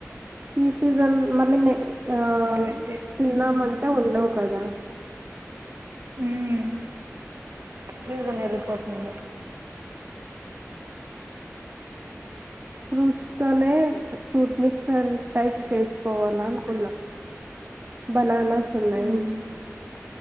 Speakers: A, on the right; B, on the right.
A: ఇస్ సీజన్ మళ్ళీ నెక్ ఆ
B: అవైతే
A: తిన్నామం ట ఉండవు కదా
B: ఉమ్ సిజన్ వెళ్ళిపోతుంది
A: ఫ్రూట్స్ తోనే ఫ్రూట్ మిక్సర్ టైప్ చేసుకోవాల అనుకున్నా బనానా సున్నాయి
B: ఉమ్,